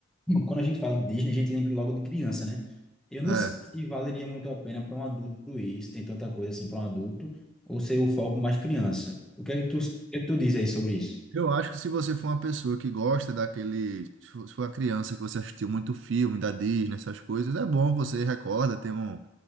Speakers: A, in the centre; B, on the right.
A: quando a gente fala de Disney, a gente lembra logo de criança, né? Eu não
B: É.
A: sei se valeria muito a pena para um adulto isso, tem tanta coisa assim para um adulto, ou ser o foco mais criança. O que é que tu, o que é que tu diz aí sobre isso?
B: Eu acho que se você for uma pessoa que gosta daquele. Se for se for uma criança que você assistiu muito filme da Disney, essas coisas, é bom, você recorda, tem um,